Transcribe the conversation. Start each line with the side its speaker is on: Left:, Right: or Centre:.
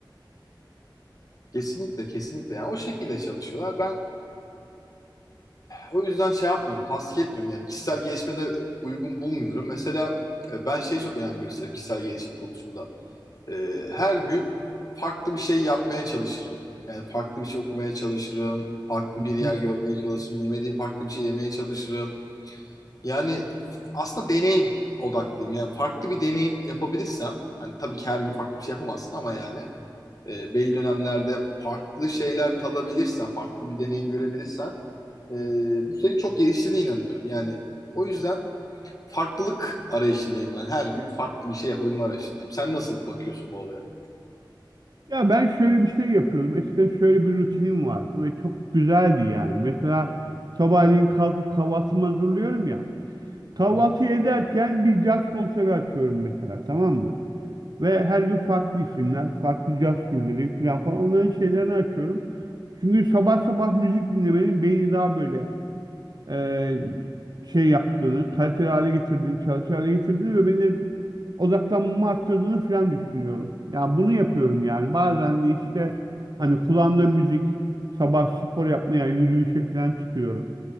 Left: Kesinlikle kesinlikle yani o şekilde çalışıyorlar. Ben o yüzden şey yapmıyorum, tasdik etmiyorum yani kişisel gelişime de uygun bulmuyorum. Mesela e, ben şeye çok önem gösteririm kişisel gelişim konusunda. E, her gün farklı bir şey yapmaya çalışırım. Yani farklı bir şey okumaya çalışırım, farklı
Right: Hı
Left: bir yer görmeye çalışırım, yemediğim farklı bir şey yemeye çalışırım. Yani f- aslında deneyim odaklıyım. Yani farklı bir deneyim yapabilirsem, hani tabii ki her gün farklı bir şey yapamazsın ama yani e, belli dönemlerde farklı şeyler tadabilirsen, farklı bir deneyim görebilirsen e,
Right: hı.
Left: bu seni çok geliştirdiğine inanıyorum. Yani o yüzden farklılık arayışındayım ben. Her gün farklı bir şey yapabilme arayışındayım. Sen nasıl bakıyorsun bu olaya?
Right: Ya ben şöyle bir şey yapıyordum. Eskiden şöyle bir rutinim vardı ve çok güzeldi yani. Mesela sabahleyin kalkıp kahvaltımı hazırlıyorum ya. Kahvaltı
Left: Hı hı.
Right: ederken bir caz konseri açıyorum mesela tamam mı? Ve her gün farklı isimler, farklı caz türleri falan falan onların şeylerini açıyorum. Çünkü sabah sabah müzik dinlemenin beyni daha böyle e, şey yaptığını, kaliteli hale getirdiğini, çalışır hale getirdiğini ve beni odaklanmamı arttırdığını falan düşünüyorum. Ya bunu yapıyorum yani. Bazen de işte hani kulağımda müzik, sabah spor yapmaya, yürüyüşe falan çıkıyorum.